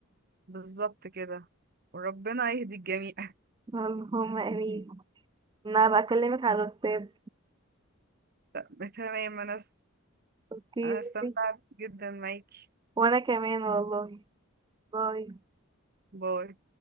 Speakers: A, on the right; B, on the right.
A: بالظبط كده وربنا يهدي الجميع
B: اللهم امين انا بكلمك على الواتساب
A: <laughs> تمام أنا
B: اوكي
A: أنا استمتعت
B: باي.
A: جدا معاكي
B: وانا كمان والله باي
A: باي